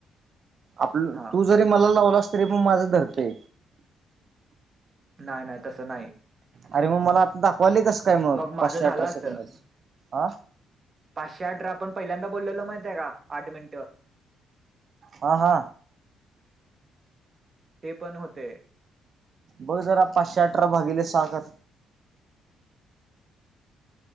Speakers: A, on the right; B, on the right.
A: आप
B: हा
A: तू ज मला लावला अस तरी पण माझं धरते
B: नाही नाही तसं नाही
A: अरे मग मला आता दाखवाली तस काय मग
B: माझं
A: पाचशे
B: झालं
A: अठराशे
B: असतं
A: कोच हा
B: पाचशे आठ आपण पहिल्यांदा बोललेलो माहित आहे का आठ मिनिटं
A: हा हा
B: ते पण होते
A: बघ जरा पाचशे अठरा भागीले सहा कर